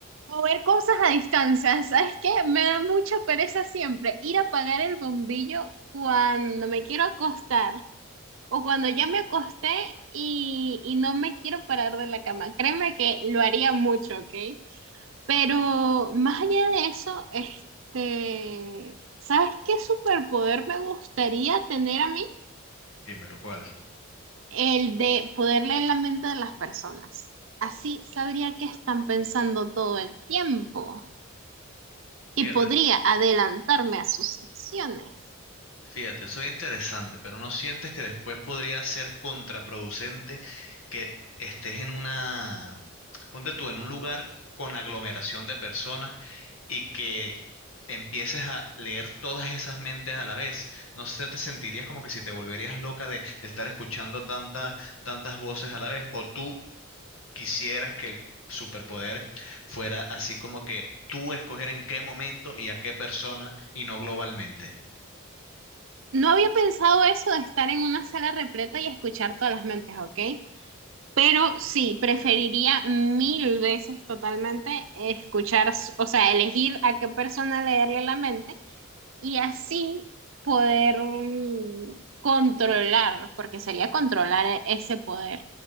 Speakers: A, on the right (about 65°); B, on the left (about 70°).
A: Mover cosas a distancia, ¿sabes qué? Me da mucha pereza siempre ir a apagar el bombillo cuando me quiero acostar o cuando ya me acosté y, y no me quiero parar de la cama. Créeme que lo haría mucho, ¿ok? Pero más allá de eso, este, ¿sabes qué superpoder me gustaría tener a mí?
B: Dímelo, ¿cuál?
A: El de poder leer la mente de las personas. Así sabría qué están pensando todo el tiempo y
B: Fíjate,
A: podría adelantarme a sus acciones.
B: fíjate, soy interesante, pero ¿no sientes que después podría ser contraproducente que estés en una, ponte tú, en un lugar con aglomeración de personas y que empieces a leer todas esas mentes a la vez. No sé, te sentirías como que si te volverías loca de, de estar escuchando tantas, tantas voces a la vez, o tú quisieras que el superpoder fuera así como que tú escoger en qué momento y a qué persona y no globalmente.
A: No había pensado eso de estar en una sala repleta y escuchar todas las mentes, ¿ok? Pero sí, preferiría mil veces totalmente escuchar, s- o sea, elegir a qué persona leerle la mente y así poder mm, controlar, porque sería controlar e- ese poder.